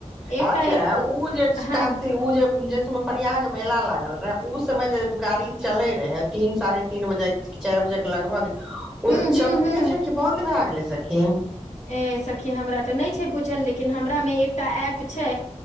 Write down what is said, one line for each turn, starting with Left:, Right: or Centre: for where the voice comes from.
Left: एकटा
Centre: अच्छा
Left: ए-
Centre: ओ जे
Left: हँ
Centre: काशी ओ जे जेस प्रयाग मेला लागल रहे ओ समय जे गाड़ी चले रहे तीन साढ़े तीन बजे चारि बजे के लगभग ओ
Left: हूँ
Centre: चलते
Left: हूँ हूँ
Centre: छै कि बन्द भए गेलै सखी
Left: ए सखी हमरा तऽ नहि छै बुझल लेकिन हमरा मे एकटा एफ छै